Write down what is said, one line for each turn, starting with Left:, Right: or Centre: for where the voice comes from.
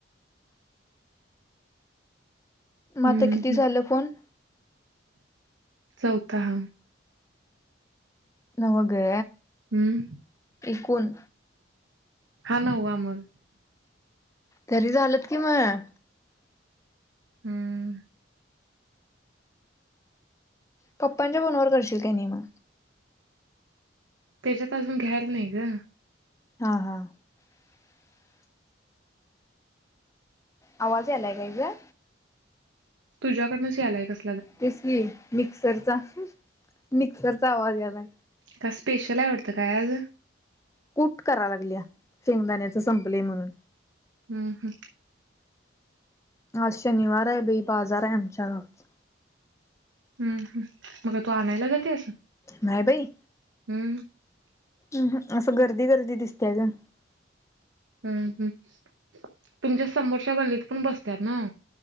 Left: मग
Right: हम्म
Left: आता किती
Right: हम्म
Left: झालं फोन?
Right: चौथा हा.
Left: नव्ह ग.
Right: हम्म.
Left: एकुण.
Right: हा नववा मगं.
Left: तरी झालेत की मगं.
Right: हम्म.
Left: पप्पांच्या फोनवर करशील काय नाही मग?
Right: त्याज्यात अजून घ्यायला नाही गं.
Left: हां हां. आवाज यालाय काय ग?
Right: तुझ्याकडनंच यालाय कसं
Left: तेच की मिक्सरचा, मिक्सरचा आवाज यायलाय.
Right: का स्पेशल आहे वाढतं, काय आज.
Left: कूट करालागल्या शेंगदाण्याच संपलय म्हणून.
Right: हम्म हम्म
Left: आज शनिवार आहे बई, बाजार आहे आमच्या गावचा.
Right: हम्म, हम्म, मग काय तू आणायला जातेस?
Left: नाही बाई.
Right: हम्म.
Left: अह, असं गर्दी गर्दी दिसत्या गं.
Right: हम्म, हम्म, तुमच्या समोरच्या गल्लीत पण बसत्यात ना.